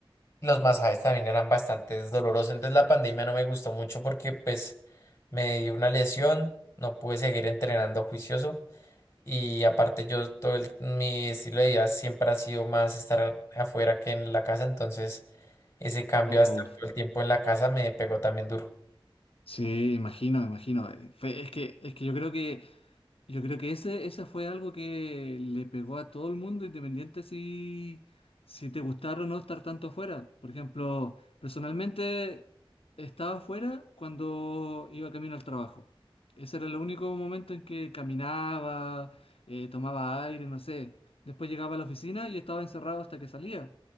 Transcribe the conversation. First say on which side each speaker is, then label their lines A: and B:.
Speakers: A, on the left; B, on the left.
A: los masajes también eran bastante dolorosos. Entonces, la pandemia no me gustó mucho porque pues me dio una lesión, no pude seguir entrenando juicioso. Y aparte yo todo el- mi estilo de vida siempre ha sido más estar afuera que en la casa, entonces ese cambio
B: Uf,
A: hasta todo el tiempo en la casa me pegó también duro.
B: sí, imagino, imagino. Eh, fue- es que, es que yo creo que Yo creo que ese, ese fue algo que le pegó a todo el mundo, independiente si, si te gustara o no estar tanto afuera. Por ejemplo, personalmente estaba afuera cuando iba camino al trabajo. Ese era el único momento en que caminaba, eh, tomaba aire, no sé. Después llegaba a la oficina y estaba encerrado hasta que salía.